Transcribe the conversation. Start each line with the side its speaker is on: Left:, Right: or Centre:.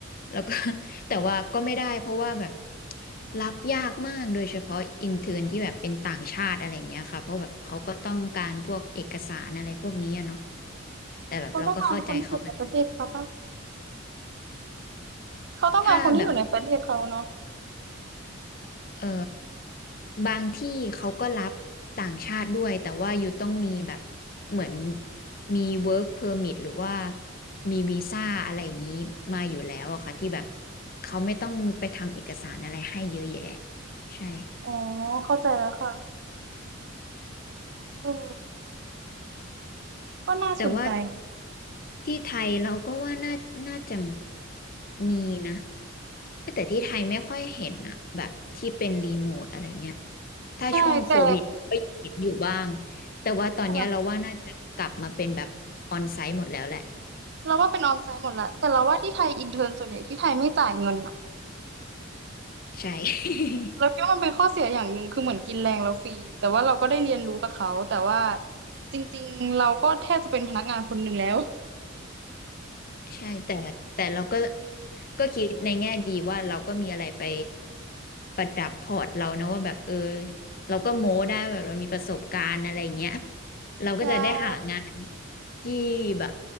Left: แล้วก็ <laughs> แต่ว่าก็ไม่ได้เพราะว่าแบบรับยากมากโดยเฉพาะอินเทอร์นที่แบบเป็นต่างชาติอะไรเงี้ยค่ะเพราะแบบเขาก็ต้องการพวกเอกสารอะไรพวกนี้อะเนาะแต่แบบเราก็เข้าใจเขาไป
Right: เขาต้องการคนที่อยู่ในประเทศเขาปะเขาต้องการคนที่อยู่ในประเทศเขาเนาะ
Left: ถ้าแบบ เอ่อบางที่เขาก็รับต่างชาติด้วยแต่ว่าอยู่ต้องมีแบบเหมือนมี work permit หรือว่ามีวีซ่าอะไรอย่างนี้มาอยู่แล้วอะค่ะที่แบบเขาไม่ต้องไปทำเอกสารอะไรให้เยอะแยะใช่
Right: อ๋อเข้าใจแล้วค่ะอือก็น่าสนใจ
Left: แต่ว่า ที่ไทยเราก็ว่าน่าน่าจะมีนะแต่ที่ไทยไม่ค่อยเห็นอะแบบที่เป็นรีโมทอะไรเงี้ยถ้าช่วงโควิดก็ยังเห็นอยู่บ้าง
Right: ใช่แต่
Left: แต่ว่าตอนเนี้ยเราว่าน่าจะกลับมาเป็นแบบออนไซต์หมดแล้วแหละ
Right: ค่ะ เราว่าเป็นออนไซต์หมดแหละแต่เราว่าที่ไทยอินเทอร์นส่วนใหญ่ที่ไทยไม่จ่ายเงินอะ
Left: ใช่
Right: เราคิดว่ามันเป็นข้อเสียอย่างหนึ่งคือเหมือนกินแรงเราฟรีแต่ว่าเราก็ได้เรียนรู้กับเขาแต่ว่าจริงๆเราก็แทบจะเป็นพนักงานคนหนึ่งแล้ว
Left: <laughs> ใช่แต่แต่เราก็ก็คิดในแง่ดีว่าเราก็มีอะไรไปประดับพอร์ตเรานะว่าแบบเออเราก็โม้ได้แบบเรามีประสบการณ์อะไรเงี้ยเราก็จะได้หางาน
Right: ใช่
Left: ที่แบบ